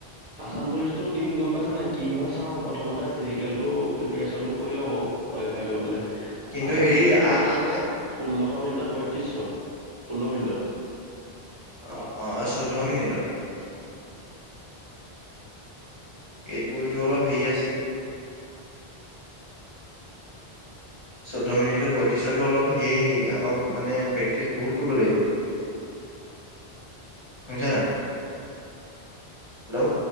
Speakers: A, on the right; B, on the left.
A: আছাম পুলিচটো দিম গম পাইছ নাই কি হয় চাওঁ প্ৰথমতে ফিজিকেলটো প্ৰিপচনটো কৰি লওঁ বাৰু। কালিফাই কৰিবলৈ
B: কিন্তু
A: আছাম
B: হেৰি
A: পুলিচত কিমান
B: আ- আ-
A: লাগে? ষোল্লশ মিনিটত বয়ত্ৰিছশ, ষোল্ল মিনিটত।
B: অ' অ' চৈধ্য মিনিটত। এইটো এইটো অলপ হেৰি আছে। চৈধ্য মিনিটৰ বয়ত্ৰিশতো অলপ সে অলপ মানে প্ৰেক্টিচ বহুত কৰিব লাগিব। বুজা নাই। হেল্ল'।